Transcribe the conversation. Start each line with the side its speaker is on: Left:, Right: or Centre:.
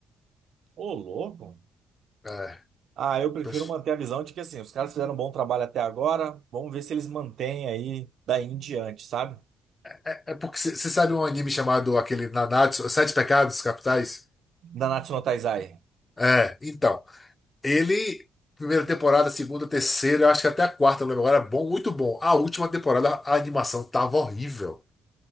Right: ô, louco.
Left: É,
Right: Ah, eu prefiro
Left: pois-
Right: manter a visão de que assim, os caras fizeram um bom trabalho até agora, vamos ver se eles mantêm aí daí em diante, sabe?
Left: é porque você sabe um anime chamado aquele Nanatsu, Sete Pecados Capitais?
Right: Da Natsu no Taizai.
Left: É, então. Ele, primeira temporada, segunda, terceira, eu acho que até a quarta, eu não lembro agora, é bom, muito bom. A última temporada, a animação tava horrível.